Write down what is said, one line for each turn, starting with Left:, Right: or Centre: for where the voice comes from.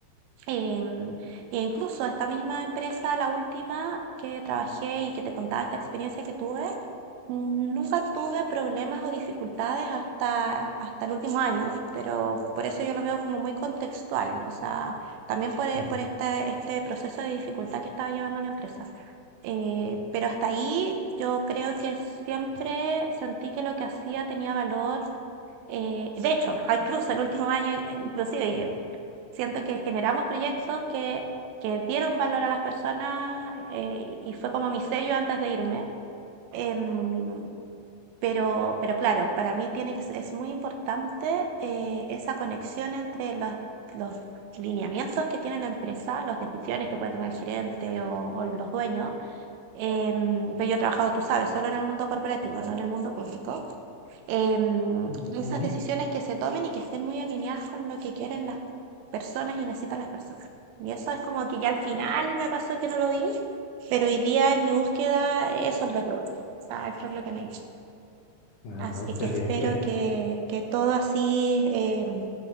Right: em, e incluso esta misma empresa, la última que trabajé y que te contaba esta experiencia que tuve, Mm, Nunca tuve problemas o dificultades hasta, hasta el último año, pero por eso yo lo veo como muy contextual, o sea, también por, e-
Left: Mm,
Right: por este, este proceso de dificultad que estaba llevando la empresa. Eh, pero hasta ahí yo creo que siempre sentí que lo que hacía tenía valor. eh, de hecho, a- incluso el último año, eh, inclusive, eh, siento que generamos proyectos que, que dieron valor a las personas eh, y fue como mi sello antes de irme. Em, pero, pero claro, para mí tiene que, es muy importante eh, esa conexión entre los, los lineamientos que tiene la empresa, las decisiones que puede tomar el gerente o, o los dueños. em, pero yo he trabajado, tú sabes, solo en el mundo corporativo, no en el mundo público. em,
Left: mm,
Right: esas
Left: mm.
Right: decisiones que se tomen y que estén muy alineadas con lo que quieren las personas y necesitan las personas. Y eso es como que ya al final me pasó que no lo vi, pero hoy día en mi búsqueda eso es lo que busco. O sea, eso es lo que me he hecho.
Left: Ah,
Right: Así
Left: no, excelente.
Right: que espero que, que todo así, em,